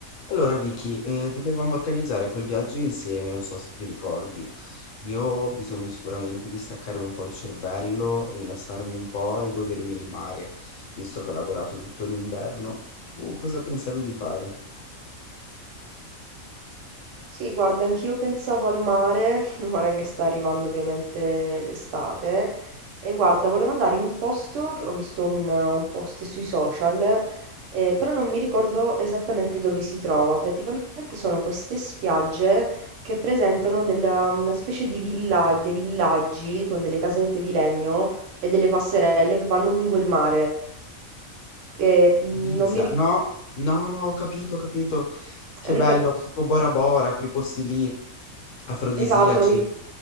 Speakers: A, on the left; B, on the right.
A: Allora Vicky, eh, dovevamo organizzare quel viaggio insieme, non so se ti ricordi. Io ho bisogno sicuramente di staccare un po' il cervello, rilassarmi un po' e godermi il mare, visto che ho lavorato tutto l'inverno. Tu cosa pensavi di fare?
B: Sì, guarda, anch'io pensavo al mare, <laughs> ora che sta arrivando ovviamente l'estate, e guarda, volevo andare in un posto, che ho visto un, un post sui social, eh, però non mi ricordo esattamente dove si trova. Praticamente sono queste spiagge che presentano della- una specie di villa, dei villaggi con delle casette di legno e delle passerelle che vanno lungo il mare. Eh,
A: Ibiza?
B: non mi
A: No, no, no, ho capito, ho capito. Che
B: ricordo...
A: bello, tipo Bora Bora, quei posti lì, afrodisiaci.
B: Esatto, non mi, ri-